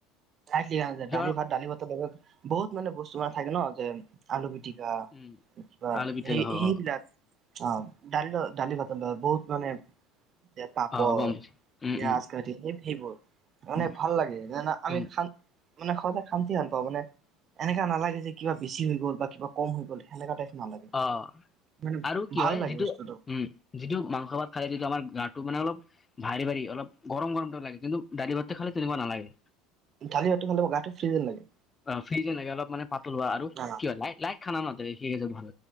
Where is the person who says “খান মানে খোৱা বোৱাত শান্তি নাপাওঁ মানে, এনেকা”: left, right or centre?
Right